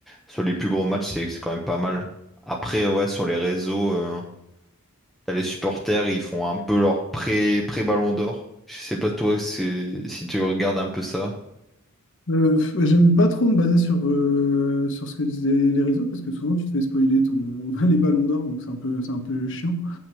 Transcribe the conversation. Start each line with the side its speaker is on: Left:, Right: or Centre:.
Centre: sur les plus gros matchs, c'est, c'est quand même pas mal. Après, ouais, sur les réseaux, euh, t'as les supporters, ils font un peu leur pré, pré-ballon d'or. Je sais pas toi c'est- si tu regardes un peu ça.
Left: Euh, pff, ouais, j'aime pas trop me baser sur, euh, sur ce que disaient les réseaux parce que souvent tu te fais spoiler ton, <laughs> les ballons d'or, donc c'est un peu, c'est un peu chiant.